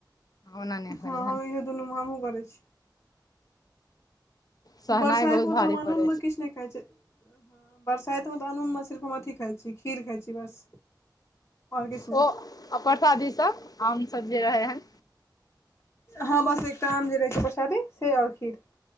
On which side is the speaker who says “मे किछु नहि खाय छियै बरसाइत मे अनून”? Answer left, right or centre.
Left